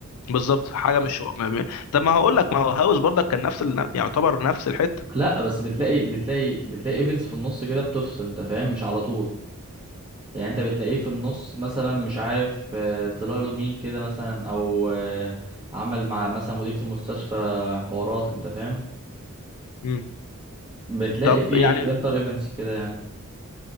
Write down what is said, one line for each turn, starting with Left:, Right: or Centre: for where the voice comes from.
Left: بالظبط حاجه مش هو م- م- طب ما هقول لك ما هو هاوس برضك كان نفس ال- يعتبر نفس الحته
Right: لا بس بتلاقي بتلاقي بتلاقي ايفنتس في النص كده بتفصل انت فاهم مش على طول يعني انت بتلاقيه في النص مثلا مش عارف آه، طلع له مين كده مثلا او آه، عمل مع مثلا مديرة المستشفى حوارات انت فاهم
Left: مم.
Right: بتلاقي
Left: طب
Right: في
Left: يعني
Right: انتر ايفنتس كده يعني